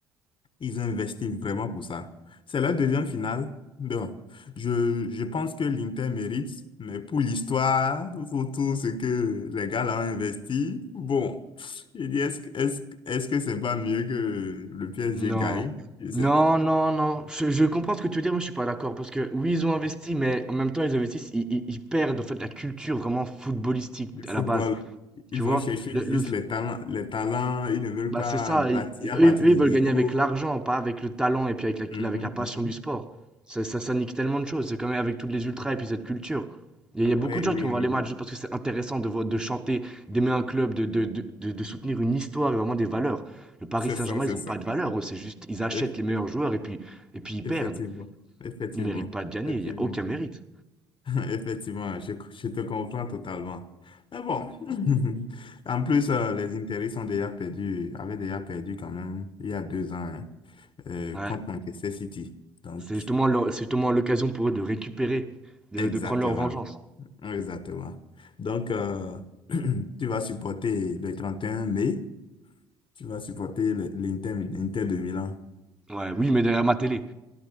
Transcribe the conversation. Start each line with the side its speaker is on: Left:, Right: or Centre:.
Left: Ils ont investi vraiment pour ça. C'est la deuxième finale. Donc, je, je pense que l'Inter mérite, mais pour l'histoire, pour tout ce que les gars là ont investi, bon, je dis, est-ce, que- est-ce, que- est-ce que c'est pas mieux que le PSG
Centre: Non.
Left: gagne? Je sais
Centre: Non,
Left: pas.
Centre: non, non. Je, je comprends ce que tu veux dire, mais je suis pas d'accord. Parce que oui, ils ont investi, mais en même temps, ils investissent, ils, ils- ils perdent en fait la culture vraiment footballistique
Left: du football.
Centre: à la base. Tu
Left: Ils vont
Centre: vois,
Left: chercher
Centre: le
Left: juste les talents, les talents. Ils ne veulent
Centre: Bah,
Left: pas
Centre: c'est ça, i
Left: bâtir à partir
Centre: eux eux,
Left: de
Centre: ils veulent
Left: zéro.
Centre: gagner avec l'argent, pas avec le talent et puis avec
Left: Mhm,
Centre: la avec la passion
Left: mhm.
Centre: du sport. Ça ça ça nique tellement de choses, c'est quand même avec toutes les ultras et puis cette culture. Il y a il y a beaucoup
Left: Ouais,
Centre: de gens
Left: Oui,
Centre: qui vont voir
Left: oui,
Centre: les matchs
Left: oui,
Centre: juste parce que c'est intéressant de voi de chanter, d'aimer un club, de de de de de soutenir une histoire et vraiment des valeurs. Le Paris
Left: C'est
Centre: Saint-Germain,
Left: ça, c'est
Centre: ils ont
Left: ça.
Centre: pas de valeurs, eux, c'est juste ils achètent
Left: Eff-
Centre: les meilleurs joueurs et puis et puis ils
Left: Effectivement,
Centre: perdent.
Left: effectivement,
Centre: Ils ne méritent pas de gagner,
Left: effectivement,
Centre: il y a aucun mérite.
Left: <laughs> effectivement. Je, je te comprends totalement. Mais bon, <laughs> en plus, euh, les intérêts sont déjà perdus, avaient déjà perdu quand même il y a deux ans hein, euh,
Centre: Ouais,
Left: contre Manchester City. Donc,
Centre: c'est justement l'o c'est justement l'occasion pour eux de récupérer, de
Left: exactement.
Centre: de prendre leur vengeance.
Left: Oui, Exactement. Donc, euh, <clears throat> tu vas supporter le 31 mai, tu vas supporter le- l'Inter, l'Inter de Milan.
Centre: Ouais, oui, mais derrière ma télé.